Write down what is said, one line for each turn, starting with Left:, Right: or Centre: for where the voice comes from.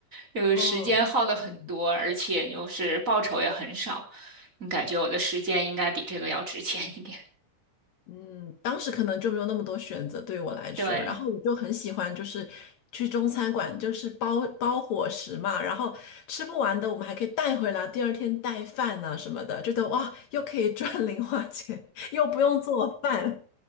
Right: 就是时间耗的很多，
Left: 哦，嗯。
Right: 而且就是报酬也很少，你感觉我的时间应该比这个要值钱一点，
Left: 嗯，当时可能就没有那么多选择对我来说，
Right: 对。
Left: 然后我就很喜欢，就是去中餐馆，就是包包伙食嘛，然后吃不完的我们还可以带回来，第二天带饭啊什么的，觉得哇，又可以赚 <laughs> 零花钱，又不用做饭，